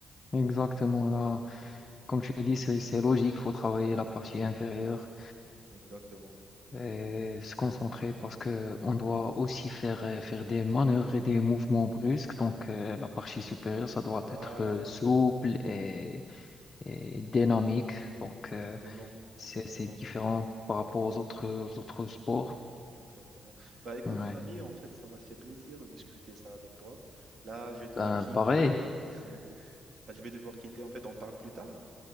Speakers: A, on the left; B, on the right.
A: exactement. Là, comme je te dis, c'est c'est logique, faut travailler la partie inférieure.
B: Exactement, exactement.
A: et se concentrer parce que on doit aussi faire, euh, faire des manœuvres et des mouvements brusques. Donc, euh, la partie supérieure, ça doit
B: Voilà,
A: être euh, souple et, et dynamique. Donc,
B: exactement,
A: euh,
B: exactement.
A: c'est, c'est différent par rapport aux autres, aux autres sports.
B: Exactement. Bah écoute
A: Ouais.
B: mon ami, en fait, ça m'a fait plaisir de discuter ça avec toi. Là, je dois
A: Ben,
B: quitter.
A: pareil.
B: <laughs> Là, je vais devoir quitter. En fait, on parle plus tard.